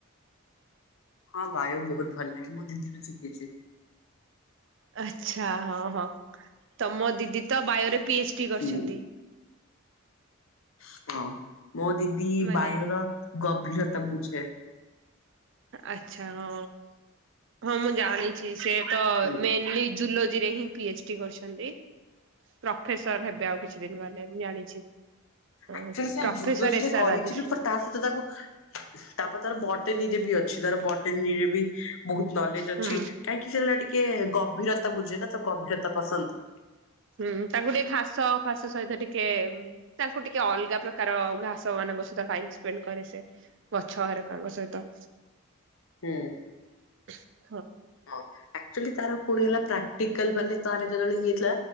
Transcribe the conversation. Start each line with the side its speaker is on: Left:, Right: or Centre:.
Left: ହଁ ବାୟୋ ବହୁତ ଭଲ ଲାଗେ ମୁଁ ଦିଦି ଠୁ ଶିଖିଚି।
Right: ଆଚ୍ଛା ହଁ ହଁ ତମ ଦିଦି ତ ବାୟୋରେ ପି ଏଚ ଡି କରିଛନ୍ତି।
Left: ହୁଁ ହଁ ମୋ ଦିଦି
Right: ମାନେ
Left: ବାୟୋ ର ଗଭୀରତା ବୁଝେ।
Right: ଆଚ୍ଛା। ହଁ ହଁ ମୁଁ ଜାଣିଚି ସେ ତ
Left: ହୁଁ
Right: ମେନ୍ଲି ଜୁଲୋ ଜିରେ ହିଁ ପି ଏଚ ଡି କରିଛନ୍ତି। ପ୍ରଫେସର ହେବେ ଆଉ କିଛି ଦିନ ଗଲେ ମୁଁ ଜାଣିଛି। ହଁ
Left: ଆକଚୁଆଲି ସିନା
Right: ପ୍ରଫେସର
Left: ଜୁଲୋଜିରେ
Right: ଏସ୍
Left: କରିଛି
Right: ଆର୍ ରାଜେଶ୍ରୀ।
Left: ବି ବଟ ତା ସହିତ ତାକୁ ତାପରେ ତାର ବଟନିରେ ବି ଅ ଛି। ତାର ବଟନି ବି ବହୁତ ନଲେଜ
Right: ହୁଁ
Left: ଅଛି କାହିଁକି ସେହେଲା ଟିକେ ଗଭୀରତା ବୁଝେ ନା ତା ଗଭୀରତା ପସନ୍ଦ।
Right: ହୁଁ ତାକୁ ଟିକେ ଘାସ ଆଉ ଫାସ ସହିତ ଟି ଟିକେ ତାଙ୍କୁ ଟିକେ ଅଲଗା ପ୍ରକାର ଘାସ ମାନଙ୍କ ସହିତ ଟାଇମ ସ୍ପେଣ୍ଡ କରେ ସେ ଗଛ <unintelligible> ଙ୍କ ସହିତ।
Left: ହୁଁ।
Right: <inaudible>
Left: ହଁ ଆକଚୁଲି ତାର ପୁଣି ହେଲା ପ୍ରାକ୍ଟିକାଲ ମାନେ ତ ଯେତେବେଳେ ଇଏ ଥିଲା